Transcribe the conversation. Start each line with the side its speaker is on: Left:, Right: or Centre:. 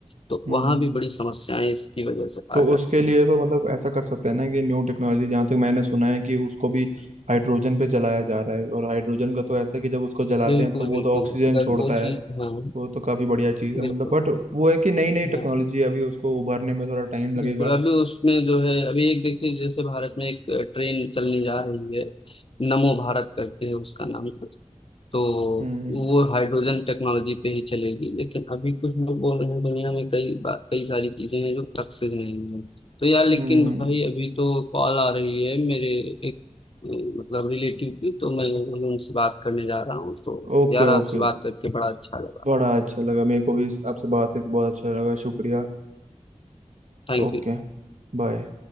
Left: तो
Right: हम्म
Left: वहां भी बड़ी समस्याएं इसकी वजह से
Right: तो
Left: आ जाती
Right: उसके लिए
Left: हैं
Right: तो मतलब ऐसा कर सकते हैं ना कि न्यू टेक्नोलॉजी जहाँ तक मैंने सुना है कि उसको भी हाइड्रोजन पे जलाया जा रहा है और हाइड्रोजन का तो ऐसा है कि जब उसको जलाते
Left: बिल्कुल
Right: हैं तो वो
Left: बिल्कुल
Right: तो ऑक्सीजन
Left: अगर
Right: छोड़ता
Left: वो चीज
Right: है
Left: हाँ
Right: वो तो काफी बढ़िया चीज है
Left: बिल्कुल
Right: मतलब बट वो है कि नई नई टेक्नोलॉजी
Left: हाँ
Right: है, अभी उसको उभरने में थोड़ा टाइम लगेगा
Left: बिल्कुल अभी उसमें जो है अभी एक देखिए जैसे भारत में एक ट्रेन चलने जा रही है नमो भारत करके है उसका नाम तो
Right: हम्म
Left: वो हाइड्रोजन टेक्नोलॉजी पे ही चलेगी लेकिन अभी कुछ लोग बोल रहे हैं दुनिया में कई बा- कई सारी चीजें हैं जो सक्सेस नहीं है तो यार लेकिन
Right: हम्म
Left: भाई अभी तो कॉल आ रही है मेरे एक अ, मतलब रिलेटिव की तो मैं उनसे बात करने जा रहा हूँ तो
Right: Okay
Left: यार आपसे
Right: okay
Left: बात करके बड़ा अच्छा लगा
Right: बड़ा अच्छा लगा मेरे को भी आपसे बात करके बहुत अच्छा लगा शुक्रिया
Left: Thank
Right: ओके
Left: you
Right: बाय